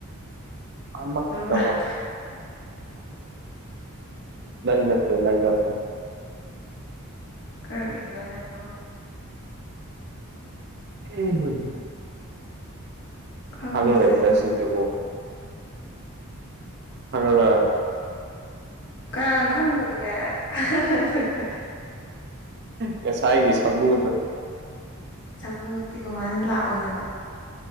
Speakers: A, on the right; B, on the left.
A: ꯑꯃ ꯇꯧꯕ
B: ꯂꯥꯛꯇ
A: <inaudible> ꯅꯪꯅ <unintelligible>
B: ꯀꯔꯤ ꯅꫭꯅꯦꯅꯣ
A: ꯎꯝ ꯍꯨꯝ
B: ꯈꯪꯗ꯭ꯔꯦꯗ
A: ꯍꯥꯡꯍꯜ ꯂꯛꯇ꯭ꯔ ꯁꯤꯗꯕꯨ ꯈꯪꯉꯕ
B: ꯀꯅꯥꯅ ꯈꯪꯗꫭꯔꯤꯒꯦ ꯑꯥ ꯑꯗꯨꯒ
A: ꯉꯁꯥꯏꯒꯤ ꯁꯃꯨꯗꫭ
B: ꯁꯃꯨꯗꯤ ꯀꯃꯥꯏꯅ ꯂꯥꯛꯑꯣꯗꫭꯏꯕ